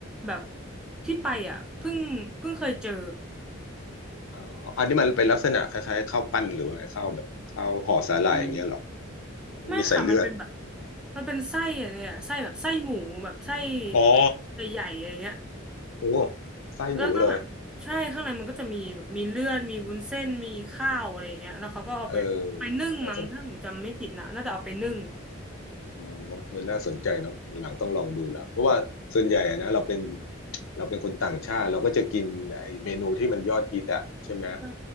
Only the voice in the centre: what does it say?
แบบที่ไปอ่ะเพิ่งเพิ่งเคยเจอ
อืม ไม่ค่ะมันเป็นแบบ
มันเป็นไส้อะไรอะไส้แบบไส้หมูแบบไส้
ใหญ่ๆอะไรเงี้ย
แล้วก็แบบใช่ข้างในมันก็จะมีแบบมีเลือดมีวุ้นเส้นมีข้าวอะไรอย่างเงี้ยแล้วเขาก็เอาไปเอาไปนึ่งมั้งถ้าหนูจำไม่ผิดนะน่าจะเอาไปนึ่ง
อืม
ใช่